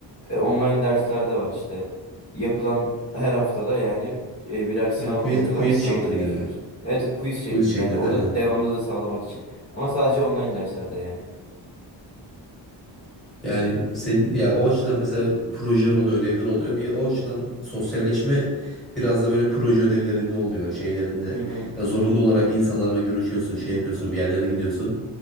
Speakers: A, on the left; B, in the centre.
A: E, online dersler de var işte. Yapılan her haftada yani e, birer sınav
B: Yani quiz,
A: koyuyorlar.
B: quiz
A: Sınavları
B: şeklinde
A: geçiyoruz.
B: mi?
A: Evet e, quiz şeklinde
B: Quiz şeklinde
A: hani o
B: değil
A: da
B: mi?
A: devamlılığı sağlamak için. Ama sadece online derslerde yani.
B: Yani senin ya o açıdan mesela projeler oluyor, ödevler oluyor. Bir o açıdan sosyalleşme biraz da böyle proje ödevlerinde oluyor, şeylerinde.
A: Hı hı.
B: Ya zorunlu olarak insanlarla görüşüyorsun, şey yapıyorsun, bir yerlere gidiyorsun.